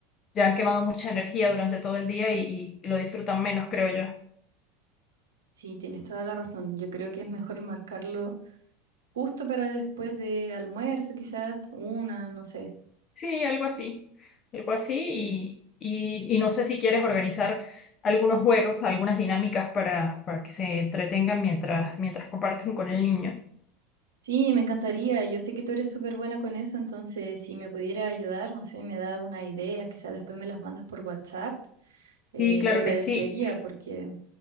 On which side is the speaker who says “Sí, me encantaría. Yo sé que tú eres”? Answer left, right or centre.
Right